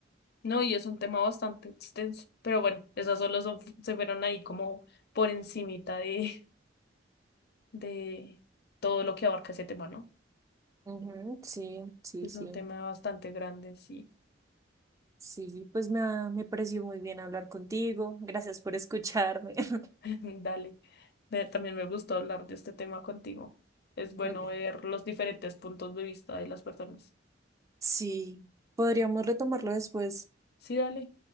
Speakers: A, on the left; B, on the right.
A: No, y es un tema bastante extenso. Pero bueno, esas solo son- se fueron ahí como por encimita de, de todo lo que abarca ese tema, ¿no?
B: Ujú, sí, sí,
A: Es
B: sí.
A: un tema bastante grande, sí.
B: Sí, pues me, ha- me pareció muy bien hablar contigo. Gracias por escucharme. <laughs>
A: <laughs> Dale. Ve, También me gustó hablar de este tema contigo. Es bueno
B: Ok.
A: ver los diferentes puntos de vista de las personas.
B: Sí, podríamos retomarlo después.
A: Sí, dale.